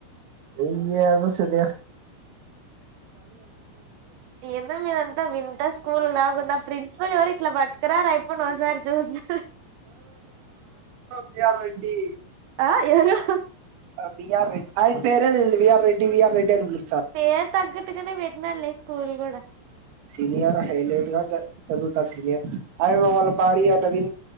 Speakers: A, on the right; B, on the right.
A: ఈ యాదో వస్తది
B: ఏందో మీరంతా వింత స్కూల్ లాగున్న ప్రిన్సిపాల్ ఎవరు ఇట్లా పట్కారారా ఆయప్పని ఒకసారి చూస్తా
A: వీఆర్ రెడ్డి
B: ఆ ఎవరు
A: వీఆర్ రెడ్డి ఆయన పేరే వీళ్ళు వీఆర్ రెడ్డి వీఆర్ అనీ పిల్
B: పేరు తగ్గట్టుగానే పెట్టీనాడులే స్కూ స్కూల్ గూడ
A: సీనియర్ హైలైట్ గా చదు చదువుతారు సీనియర్ అ వాళ్ళ భార్య నవీ